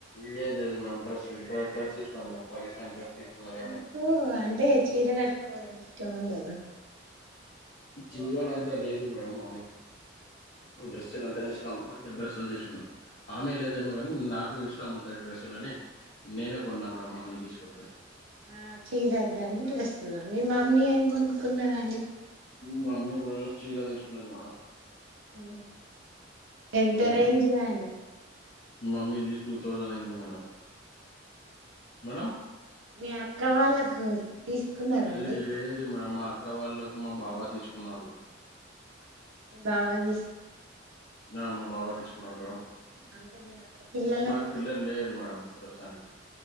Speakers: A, on the left; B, on the right.
A: లేదుది మేమ్ డ్రస్ డ్రెస్ తీసుకు మమ్ పాకిస్తానీ డ్రెస్. తీసుకున్నదామె
B: ఎందుకు అంటే చీర కట్టుకోవడం ఇష్టం ఉండద.
A: చీరలంతా లేదు మేడం మమ్మీ డ్రెస్సులు అంటానే ఇష్టం ఉం. డ్రెస్సులు తీసుకున్నాం ఆమె లేదేమో కానీ నాకు. నాక్ ఇష్టం ఉంటాయి డ్రెస్సులు అని నేనే కొన్నా మేడమ్ ఆమెని తీసుకుపోయి.
B: ఆ చీరద్ద అని డ్రెస్ కొన్నద్ మీ మమ్మీ ఏం కొనుక్కున్నదండి.
A: మా మమ్మీ కూడా చీర తీసుకున్నది మేడం.
B: ఆ. ఎంత
A: ఉమ్.
B: రేంజ్ దండి.
A: మమ్మీది టూ థౌజండ్ అయింది మేడం మేడం.
B: మీ అక్క వాళ్ళకు తీసుకున్నార అండి.
A: లే లేదు మేడం మా అక్క వాళ్ళలకు మా బావా తీసుకున్నాడు.
B: మీ బావా నీ.
A: నా మా బావ తీసుకున్నాడు మేడం.
B: అంటే మీ అక్క పిల్లలకు
A: మాకు పిల్లలు లేరు మేడం ప్రస్తుతానికి.